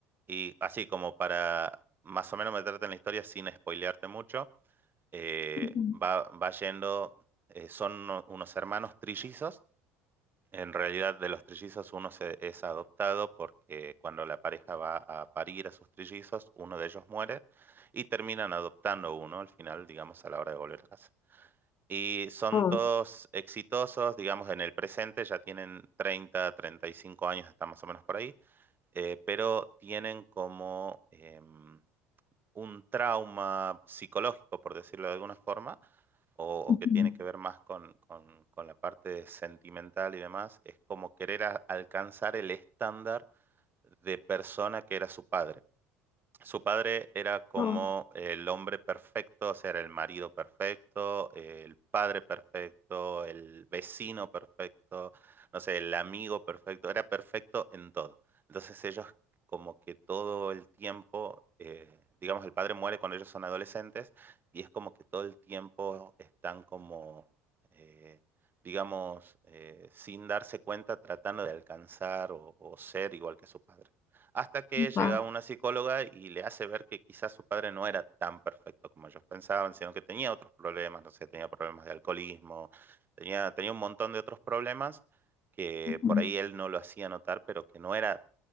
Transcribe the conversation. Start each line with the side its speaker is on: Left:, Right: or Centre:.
Right: Y así como para más o menos meterte en la historia sin spoilearte mucho, eh,
Left: Ujú.
Right: va, va yendo, eh, son uno- unos hermanos trillizos. En realidad, de los trillizos uno se- es adoptado porque cuando la pareja va a parir a sus trillizos, uno de ellos muere y terminan adoptando uno al final, digamos, a la hora de volver a casa. Y son
Left: Oh,
Right: todos exitosos, digamos, en el presente, ya tienen treinta treinta y cinco años, están más o menos por ahí, eh, pero tienen como em, un trauma psicológico, por decirlo de alguna forma, o, o
Left: ujú.
Right: que tiene que ver más con, con- con la parte sentimental y demás, es como querer a- alcanzar el estándar de persona que era su padre. Su padre era como
Left: Oh,
Right: el hombre perfecto, o sea, era el marido perfecto, el padre perfecto, el vecino perfecto, no sé, el amigo perfecto, era perfecto en todo. Entonces ellos como que todo el tiempo, eh, digamos, el padre muere cuando ellos son adolescentes y es como que todo el tiempo están como, eh, digamos, eh, sin darse cuenta, tratando de alcanzar o o ser igual que su padre. Hasta que llega
Left: wow.
Right: una psicóloga y le hace ver que quizás su padre no era tan perfecto como ellos pensaban, sino que tenía otros problemas, no sé, tenía problemas de alcoholismo, tenía, tenía un montón de otros problemas que
Left: Ujú.
Right: por ahí él no lo hacía notar, pero que no era